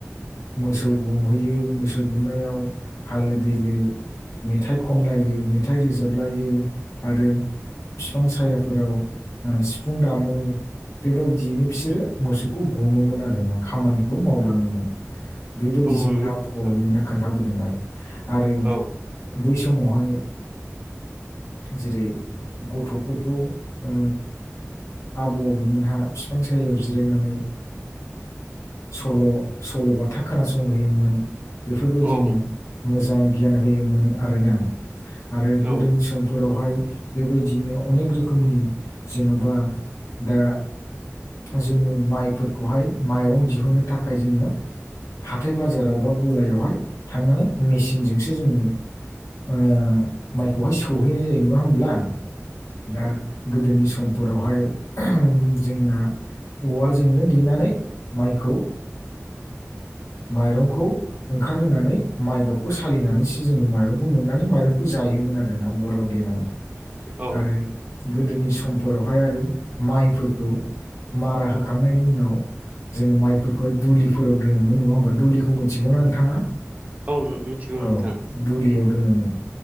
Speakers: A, on the left; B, on the right.
A: मोसौ गुमहैयो मोसौ गुमनायाव हालो दैलो मेथाइ खनलायो मेथाइ रोजाबलायो आरो बिफां सायाफोराव सिफुं दामो बेबायदियैनो बिसोरो मोसौखौ गुमोमोन आरोना खामानिखौ मावलाङोमोन बेबायदि
B: औ
A: जोंनि
B: नंगौ
A: आबै
B: नोंथां
A: आबौमोना खोन्थाबोदों आरो आरो
B: औ औ
A: बै समावहाय जेरै गथ'फोरखौ ओ आबौ आबैमोनहा बिफां सायायाव जिरायनानै सल' सल'बााथा खोनासंहैयोमोन बेफोरबायदिनो
B: औ
A: मोजां गियान होयोमोन आरोना आरो गोदोनि
B: औ
A: समफोरावहाय बेबायदिनो अनेक रोखोमनि जेन'बा दा जोङो माइफोरखौहाय माइरं दिहुननो थाखाय जोङो हाथाय बाजाराव बा गलायावहाय थांनानै मेसिनजोंसो जोङो माइखौहाय सौहैनाय जायो नङा होमब्ला दा गोदोनि समफोरावहाय जोंना उवालजोंनो देनानै माइखौ माइरंखौ ओंखारहोनानै माइ गाबखौ सालिनानैसो जोङो माइरंखौ मोननो माइरंखौ जायोमोन आरोना उवालाव देनानै
B: औ
A: आरो गोदोनि समफोरावहाय आरो माइफोरखौ मारा होखांनायनि उनाव जोङो माइफोरखौ दुलि फोराव दोनोमोन नङा होनबा दुलिखौ मोनथिगौना नोंथाङा
B: औ मिथिगौ
A: औ
B: नोंथां
A: दुलियाव दोनोमोन